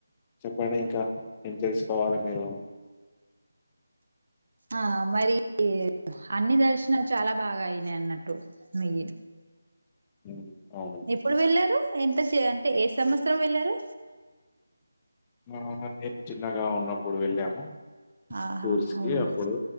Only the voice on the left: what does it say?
చెప్పండి ఇంకా ఏం తెలుసుకోవాలి మీరు
ఉమ్, అవును
ఆ! నేను చిన్నగా ఉన్నప్పుడు వెళ్ళాము
టూర్స్
కి అప్పుడు